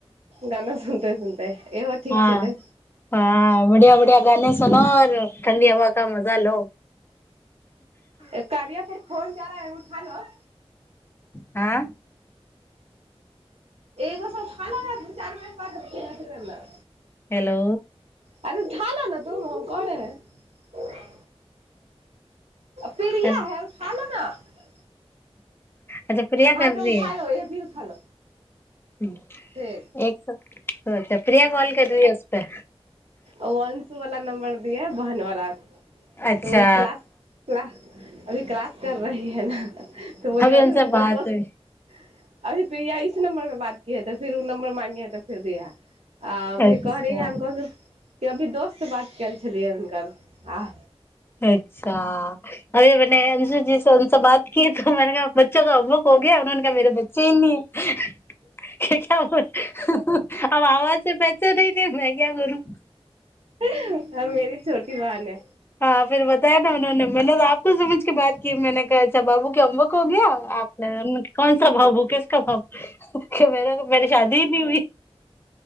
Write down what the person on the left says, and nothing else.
हँ
हँ बढ़िया बढ़िया गाने सुनो और ठण्डी हवा का मजा लो
आँ-
हेलो।
हेलो,
अच्छा प्रिया
कर रही
हूं-
एक स-अच्छा प्रिया मल्लिक के दोस्त
अच्छा
उनसे
बात
हुई
अच्छा
अच्छा। अरे मने अंशु जी से उनसे बात की तो मैनें कहा बच्चो का बुक हो गया उन्होंने कहा मेरे बच्चे ही नहीं हैं क्या -क्या- <unintelligible> अब आवाज से पहचे नहीं <unintelligible> मै क्या करुं?
हँ फिर बताया उन्होंने मैने आपको समझ के बात किया मैंने कहा अच्छा बाबू होमवर्क हो गया? आप मैने कौन सा भाबू किसका भाबू मेरा तो मेरी शादी ही नी हुई।